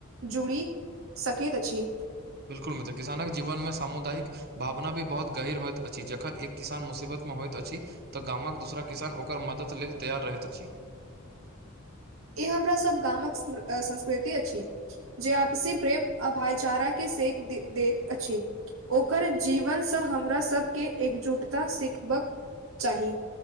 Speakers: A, on the right; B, on the right.
A: जुड़ी सकैत अछि
B: बिल्कुल मित्र किसानक जीवन मे सामुदायिक भावना भी बहुत गहीर होइत अछि जखन एक किसान मुसीबत मे होइत अछि तऽ गामक दूसरा किसान ओकर मदद लेल तैयार रहैत अछि
A: ई हमरा सब गामक संस्कृति अछि जे आपसी प्रेम आ भाईचारा के सेक दे दैत अछि ओकर जीवनसँ हमरा सभके एकजुटता सिखबक चाही